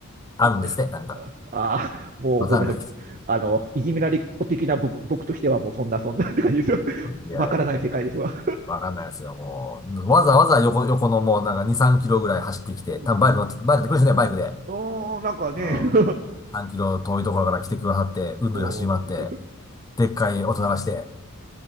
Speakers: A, on the left (about 15°); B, on the right (about 40°).
A: あるんですって、
B: なんか、
A: なんか。
B: ああ、もうごめんなさい。
A: わかんないけど。
B: あの、いじめられっ子的な僕僕としてはもうそんなそんなって感じですよ。<laughs>
A: いやいや、
B: わからない世界ですわ。
A: わかんないですよ、もう。わざわざ横、横のもうなんか2、3キロぐらい走ってきて、
B: うんうん、
A: 多分バイク乗って、バイクで来る人ね、バイクで。
B: あーなんかね、
A: うん。
B: <laughs>
A: 3キロ遠いところから来てくださって、運動で走り回って、
B: うんうん
A: でっかい音流して、